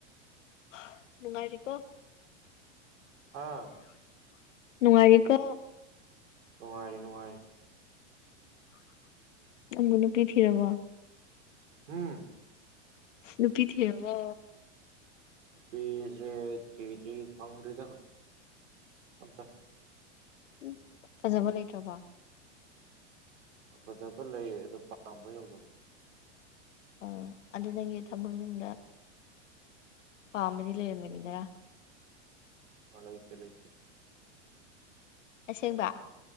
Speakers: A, on the left; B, on the right.
A: ꯍꯥ ꯅꯨꯉꯥꯏꯔꯤꯀꯣ
B: ꯍꯥ
A: ꯅꯨꯉꯥꯏꯔꯤꯀꯣ
B: ꯅꯨꯡꯉꯥꯏꯔꯤ ꯅꯨꯡꯉꯥꯏꯔꯤ
A: ꯅꯪꯕꯨ ꯅꯨꯄꯤ ꯊꯤꯔꯕꯣ
B: ꯎꯝ
A: ꯅꯨꯄꯤ ꯊꯤꯔꯕꯣ
B: ꯅꯨꯄꯤꯖꯦ ꯊꯤꯗꯔꯤ ꯐꯪꯗꯔꯤꯗ ꯑꯝꯇ
A: ꯎ ꯐꯖꯕ ꯂꯩꯇꯔꯕꯣ
B: ꯐꯖꯕ ꯂꯩ ꯑꯗꯣ ꯄꯥꯝꯕ ꯌꯧꯗꯕ
A: ꯑꯥ ꯑꯗꯣ ꯅꯪꯒꯤ ꯊꯃꯣꯏꯅꯨꯡꯗ ꯄꯥꯝꯕꯗꯤ ꯂꯩꯔꯝꯒꯅꯤꯗꯥꯅ
B: ꯂꯩꯇꯦ ꯂꯩꯇꯦ
A: ꯑꯁꯦꯡꯕ